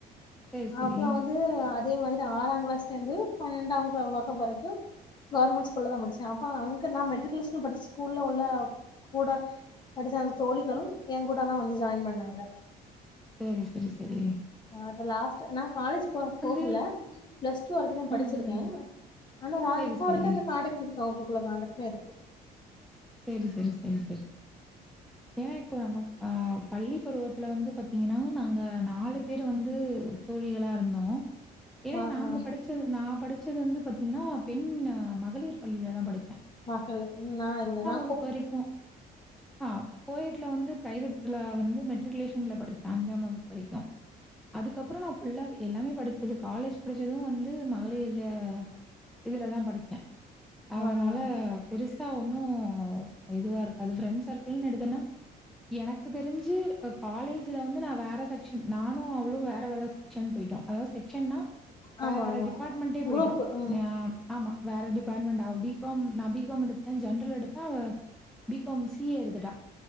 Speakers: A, in the centre; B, on the left.
A: சரி, சரி.
B: அப்பற வந்து அதே மாரி ஆறாம் கிளாஸ்ல இருந்து பன்னெண்டாம் வகுக வரைக்கு கவர்மெண்ட் ஸ்கூல்லதா படிச்ச அப்ப அங்க நான் மெட்ரிகுலேஷன் படிச்ச ஸ்கூல்ல உள்ள கூட படிச்ச அந்த தோழிகளும் என்கூடதா வந்து ஜாயின் பண்ணாங்க
A: செ ரி செரி செரி
B: அத லாஸ்ட் நா காலேஜ் போ போகல
A: வந்து
B: பிளஸ் டூ வரைக்கு தா படிச்சிருக்கே
A: ம், ம்.
B: ஆனா ர
A: சரி,
B: இப்ப
A: சரி.
B: வரைக்கு அந்த காண்டக்ட் இருக்கா அப்பக்குள்ள காண்டக்ட்னா இருக்கு
A: செரி செரி செரி செரி ஏன்னா இப்போ நம்ம அ பள்ளி பருவத்துல வந்து பாத்தீங்கன்னா நாங்க நாலு பேரு வந்து தோழிகளா இருந்தோ ஏன்னா
B: ஆ
A: நாங்க
B: ஆ
A: படிச்சது நா படிச்சது வந்து பாத்தீங்கன்னா பெண் மகளிர் பள்ளில தா படிச்ச
B: அகவே நா இல்லனா
A: இப்போ வரிக்கு ஆ போயட்ல வந்து ப்ரைவேட்ல வந்து மெட்ரிகுலேஷன்ல படிச்ச அஞ்சாம் வகுப்பு வரைக்கு அதுக்கப்ற நா ஃபுல்லா எல்லாமே படிச்சது காலேஜ் படிச்சது வந்து மகளிர்ல இதுல தா படிச்ச அதனால
B: ஆ ஆ
A: பெருசா ஒன்னு இதுவா இருக்காது ஃப்ரெண்ட்ஸ் சர்க்கிள்ன்னு எடுத்தனா எனக்கு தெரிஞ்சு காலேஜ்ல வந்து நா வேற செக்க்ஷன் நானு அவளு வேற வேற செக்க்ஷன் போய்ட்டோ அதாவ செக்க்ஷன்னா
B: ஆமா
A: வேற வேற
B: ஆமா
A: டிபார்ட்மெண்ட்டே போய்ட்டோ
B: குரூப் ம்
A: ஆமா வேற டிபார்ட்மெண்ட் அவ பி கா ம் நா பி கா ம் எடுத்த ஜென்ரல் எடுத்த பி காம் சி ஏ எடுத்துட்டா